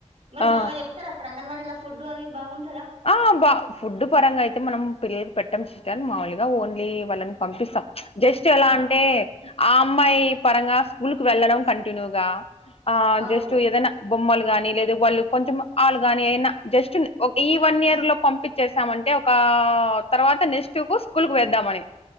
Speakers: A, on the right (about 60°); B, on the left (about 50°).
A: మరి
B: ఆ
A: బాగా జేప్తారా అక్కడ అంగన్వాడీ ఫుడ్ అది బాగుంటందా.
B: ఆ బా ఫుడ్ పరంగా అయితే మనం పిల్లలు పెట్టాం సిస్టర్ మాముూలుగా ఓన్లీ వాళ్ళని పంపిసం. జస్ట్ ఎలా
A: ఆ
B: అంటే ఆ అమ్మాయి పరంగా స్కూల్క్ వెళ్ళడం కంటిన్యూగా ఆ
A: అవును
B: జస్ట్ ఏదనా బొమ్మలు గాని లేదా వాళ్ళు కొంచెం ఆళ్లు గాని ఏదనా జస్ట్ ఓ ఈ వన్ ఇయర్
A: ఎస్,
B: లో పంపించేసామంటే ఒక తర్వాత నెక్స్ట్ కు స్కూల్ వేద్దామని